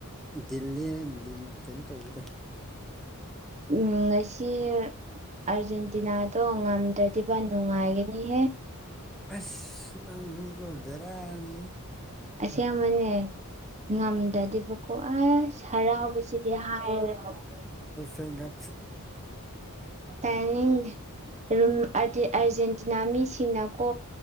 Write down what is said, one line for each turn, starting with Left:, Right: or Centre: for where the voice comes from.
Centre: ꯗꯤꯜ ꯂꯦꯜ ꯗꯤꯜ ꯀꯩꯅꯣ ꯇꯧꯕꯗꯣ
Right: ꯎꯝ ꯉꯁꯤ ꯑꯥꯔꯖꯦꯟꯇꯤꯅꯥꯗꯣ ꯉꯝꯗ꯭ꯔꯗꯤꯕ ꯅꯨꯡꯉꯥꯏꯒꯅꯤꯍꯦ
Centre: ꯑꯁ ꯅꯪꯖꯨ ꯕꯦꯔꯥꯅꯤ
Right: ꯑꯁꯦꯡꯕꯅꯦ ꯉꯝꯗꯗꯤꯕꯀꯣ ꯑꯁ ꯍꯔꯥꯎꯕꯁꯤꯗꯤ ꯍꯥꯏꯔ <unintelligible>
Centre: <unintelligible> ꯐꯨꯅ
Right: ꯇꯥꯅꯤꯡꯗꯦ <unintelligible> ꯑꯔꯖꯦꯟ ꯇꯤꯅꯥ ꯃꯤꯁꯤꯡꯅꯀꯣ